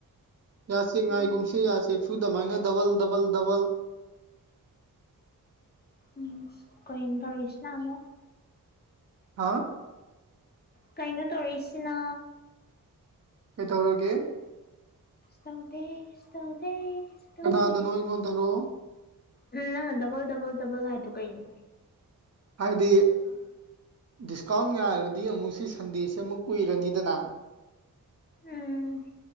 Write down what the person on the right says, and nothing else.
ꯌꯥ ꯆꯦꯛ ꯉꯥꯏꯒꯨꯝꯁꯤ
ꯌꯥ ꯆꯦꯛ ꯁꯨꯗꯃꯥꯏꯅ ꯗꯕꯜ ꯗꯕꯜ ꯗꯕꯜ
ꯍꯥ
ꯀꯩꯗꯧꯔꯒꯦ
ꯀꯅꯥꯗꯅꯣ ꯑꯩꯉꯣꯟꯗꯔꯣ
ꯍꯥꯏꯗꯤ ꯗꯤꯁꯀꯥꯎꯟ ꯉꯥꯏꯔꯗꯤ ꯑꯃꯨꯛ ꯁꯤ ꯁꯟꯗꯦꯁꯤ ꯑꯃꯨꯛ ꯀꯨꯏꯔꯅꯤꯗꯅ